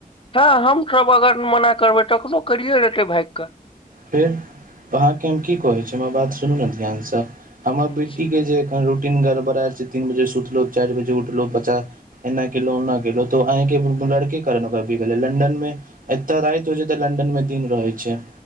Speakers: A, on the left; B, on the right.
A: ह हमसभ अगर मना करबै तखनो करियए लेतै भाईग कऽ।
B: फेर अहाँके हम की कहै छैलो हमर बात सुनू ने ध्यानसँ हमर
A: कऽ
B: बेटीके जे ए रूटीन गड़बड़ेल छै तीन बजे सुतलहुँ, चैर बजे उठलहुँ, बच्चा एना केलो, ओना केलो, तो अहे के लड़की करल कभी कहे लंडनमे एतअ रैत होइ छै, तऽ लंडन मे दिन रहै छै।